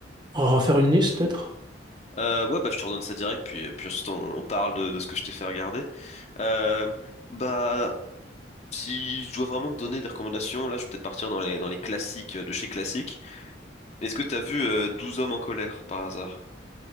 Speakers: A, on the right (about 25°); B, on the left (about 35°).
A: refaire une liste, peut-être.
B: Euh, ouais, bah je te redonne ça direct, puis puis ensuite on, on parle de, de ce que je t'ai fait regarder. Euh, bah si je dois vraiment te donner des recommandations, là je vais peut-être partir dans les dans les classiques euh, de chez classique. Est-ce que t'as vu euh, 12 hommes en colère par hasard?